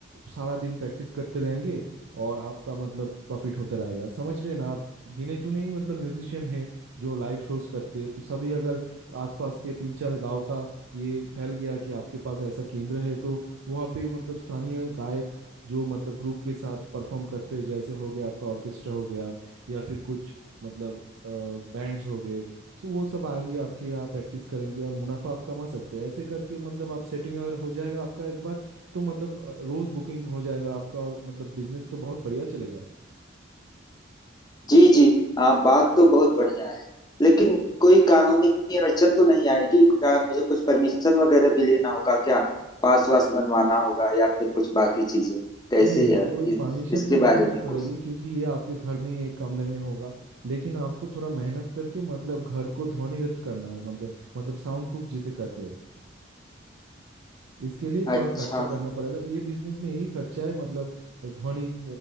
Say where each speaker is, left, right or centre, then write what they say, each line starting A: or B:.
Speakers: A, on the right; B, on the left.
A: सारा दिन प्रैक्टिस करते रहेंगे और आपका मतलब प्रॉफिट होता रहेगा समझ रहे हैं ना आप गिने चुने ही मतलब म्यूजिशियन है जो लाइव शोज करते हैं तो सभी अगर आसपास के तीन चार गांव का ये फैल गया कि आपके पास ऐसा केंद्र है तो वहाँ पे मतलब स्थानीय गायक जो मतलब ग्रुप के साथ परफॉर्म करते हैं जैसे हो गया आपका ऑर्केस्ट्रा हो गया या फिर कुछ मतलब बैंड्स हो गए सो वो सब आएंगे आपके यहाँ प्रैक्टिस करेंगे और मुनाफा आप कमा सकते हैं ऐसे करके मतलब आप सेटिंग अगर हो जाएगा आपका एक बार तो मतलब अ, रोज बुकिंग हो जाएगा आपका और मतलब बिजनेस तो बहुत बढ़िया चलेगा
B: जी जी आ, बात तो बहुत बढ़िया है लेकिन कोई कानूनी अड़चन तो नहीं आएगी क्या मुझे कुछ परमिशन वगैरह भी लेना होगा क्या पास वास बनवाना होगा या फिर कुछ बाकी चीजें कैसे
A: नहीं नहीं
B: है
A: कोई
B: इ-
A: परमिशन
B: इसके
A: तो लेने
B: बारे
A: नहीं
B: में
A: पड़ेगी
B: कुछ
A: क्योंकि ये आपके घर में ही एक कमरे में होगा लेकिन आपको थोड़ा मेहनत करके मतलब घर को ध्वनिरत करना है मतलब मतलब साउंड प्रूफ जिसे कहते हैं इसके लिए थोड़ा
B: अच्छा
A: खर्चा करना पड़ेगा ये बिजनेस में यही खर्चा है मतलब ध्वनि अ,